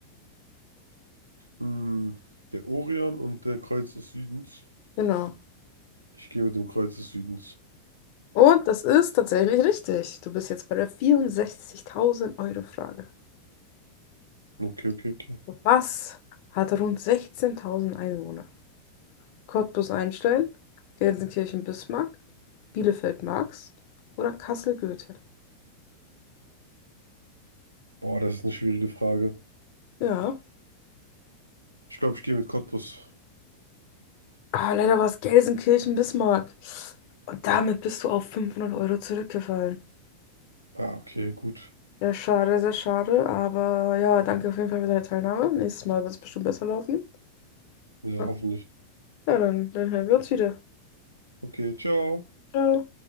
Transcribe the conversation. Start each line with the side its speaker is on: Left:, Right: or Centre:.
Right: Hm, der Orion und der Kreuz des Südens.
Left: Genau.
Right: Ich gehe mit dem Kreuz des Südens.
Left: Und das ist tatsächlich richtig. Du bist jetzt bei der 64.000 Euro Frage.
Right: Okay, okay, okay.
Left: Was hat rund 16.000 Einwohner? Cottbus Einstein, Gelsenkirchen Bismarck, Bielefeld Marx oder Kassel Goethe?
Right: Boah, das ist eine schwierige Frage.
Left: Ja.
Right: Ich glaube, ich gehe mit Cottbus.
Left: Aber leider war es Gelsenkirchen Bismarck. Und damit bist du auf 500 Euro zurückgefallen.
Right: Ah, okay, gut.
Left: Ja, schade, sehr schade. Aber ja, danke auf jeden Fall für deine Teilnahme. Nächstes Mal wird es bestimmt besser laufen.
Right: Ja,
Left: Ja,
Right: hoffentlich.
Left: dann, dann hören wir uns wieder.
Right: Okay, ciao.
Left: Ciao.